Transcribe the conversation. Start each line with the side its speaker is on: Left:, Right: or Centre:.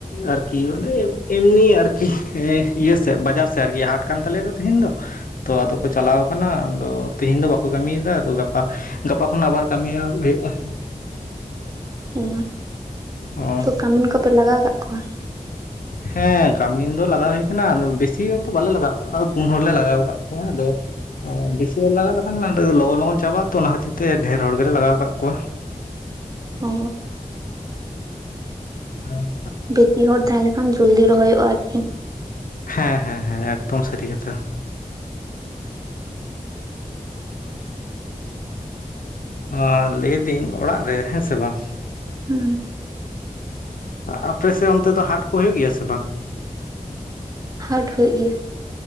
Left: ᱟᱹᱨᱠᱤ ᱢᱟᱱᱮ ᱮᱢᱱᱤ ᱟᱹᱨᱠᱤ ᱤᱭᱟᱹ ᱥᱮᱫ ᱵᱟᱡᱟᱨ ᱥᱮᱫ ᱟᱹᱨᱠᱤ ᱦᱟᱴ ᱠᱟᱱ ᱛᱟᱞᱮᱭᱟ ᱫᱚ ᱛᱤᱦᱤᱧ ᱫᱚ᱾ ᱛᱚ ᱟᱫᱚ ᱠᱚ ᱪᱟᱞᱟᱣ ᱟᱠᱟᱱᱟ ᱟᱫᱚ ᱛᱮᱦᱤᱧ ᱫᱚ ᱵᱟᱠᱚ ᱠᱟᱹᱢᱤᱭᱮᱫᱟ ᱟᱫᱚ ᱜᱟᱯᱟ᱾ ᱜᱟᱯᱟ ᱠᱷᱚᱱ ᱟᱵᱟᱨ ᱠᱟᱹᱢᱤ ᱮᱦᱚᱵ ᱦᱩᱭᱩᱜᱼᱟ᱾
Right: ᱚᱻ
Left: ᱚ
Right: ᱠᱟᱹᱢᱤᱱ ᱠᱚᱯᱮ ᱞᱟᱜᱟᱣ ᱟᱠᱟᱫ ᱠᱚᱣᱟ
Left: ᱦᱮᱸ ᱠᱟᱹᱢᱤᱱ ᱫᱚ ᱞᱟᱜᱟᱣ ᱦᱩᱭ ᱠᱟᱱᱟ ᱟᱫᱚ ᱵᱮᱥᱤ ᱦᱚᱲ ᱫᱚ ᱵᱟᱞᱮ ᱞᱟᱜᱟᱣ ᱠᱚᱣᱟ ᱯᱩᱱ ᱦᱚᱲᱞᱮ ᱞᱟᱜᱟᱣ ᱟᱠᱟᱫ ᱠᱚᱣᱟ᱾ ᱟᱫᱚ ᱵᱮᱥᱤ ᱦᱚᱲ ᱞᱟᱜᱟᱜ ᱞᱮᱠᱷᱟᱱ ᱞᱚᱜᱚᱱ ᱞᱚᱜᱚᱱ ᱪᱟᱵᱟᱜᱼᱟ ᱛᱚ ᱚᱱᱟ ᱠᱷᱟᱹᱛᱤᱨ ᱛᱮ ᱰᱷᱮᱨ ᱦᱚᱲᱞᱮ ᱞᱟᱜᱟᱣ ᱠᱟᱜ ᱠᱚᱣᱟ᱾
Right: ᱚ
Left: ᱦᱮᱸ
Right: ᱵᱮᱥᱤ ᱦᱚᱲ ᱛᱟᱦᱮᱸ ᱞᱮᱠᱷᱟᱱ ᱡᱚᱞᱫᱤ ᱨᱚᱦᱚᱭᱚᱜᱼᱟ ᱟᱹᱨᱠᱤ ᱾
Left: ᱦᱮᱸ ᱦᱮᱸ ᱦᱮᱸ ᱮᱠᱫᱚᱢ ᱥᱟᱹᱨᱤ ᱠᱟᱛᱷᱟ᱾ ᱟᱨ ᱞᱟᱹᱭᱫᱟᱹᱧ ᱚᱲᱟᱜ ᱨᱮ ᱦᱮᱸ ᱥᱮ ᱵᱟᱝ
Right: ᱦᱩᱸ,
Left: ᱟᱯᱮ ᱥᱮᱫ ᱚᱱᱛᱮ ᱫᱚ ᱦᱟᱴ ᱠᱚ ᱦᱩᱭᱩᱜ ᱜᱮᱭᱟ ᱥᱮ ᱵᱟᱝ
Right: ᱦᱟᱴ ᱦᱩᱭᱩᱜ ᱜᱮᱭᱟ᱾